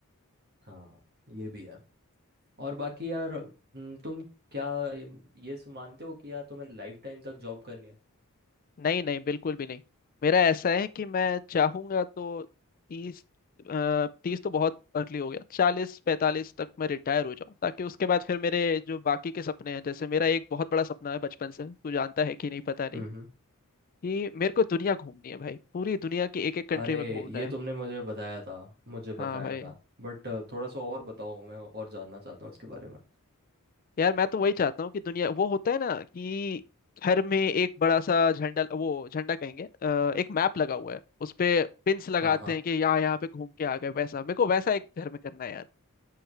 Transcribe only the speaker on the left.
नहीं नहीं बिल्कुल भी नहीं मेरा ऐसा है कि मैं चाहूंगा तो तीस तीस तो बहुत अर्ली हो गया चालीस पैंतालीस तक मैं रिटायर हो जाऊं ताकि उसके बाद फिर मेरे जो बाकी के सपने हैं जैसे मेरा एक बहुत बड़ा सपना है बचपन से तू जानता है कि नहीं पता नहीं
कि मेरे को दुनिया घूमनी है भाई पूरी दुनिया की एक एक कंट्री
में घूमना
है
हाँ भाई
यार मैं तो वही चाहता हूँ कि दुनिया वो होता है ना कि घर में एक बड़ा सा झंडा वो झंडा कहेंगे अ, एक मैप लगा हुआ है उस पे पिंस लगाते
हैं कि यहाँ यहाँ पे घूम के आ गए वैसा मेरे को वैसा एक घर में करना है यार